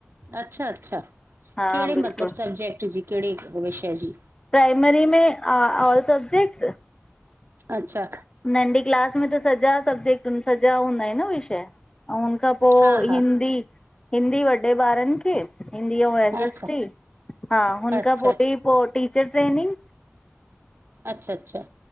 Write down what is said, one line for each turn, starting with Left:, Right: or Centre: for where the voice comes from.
Right: अच्छा-अच्छा! कहिड़े
Left: हा बिल्कुलु
Right: मतलब सब्जेक्ट जी? कहिड़े विषय जी?
Left: प्राइमरी में अं ऑल सब्जेक्ट्स
Right: अछा
Left: नंढी क्लास में त सॼा सब्जेक्ट सॼा हूंदा आहिन न विषय ऐं हुन खां पोइ
Right: हा हा
Left: हिंदी हिंदी वॾे ॿारन खें हिंदी ओ एस
Right: अच्छा
Left: एस टी हा हुन
Right: अच्छा
Left: खां पोई बी पोइ टीचर ट्रेनिंग
Right: अछा अछा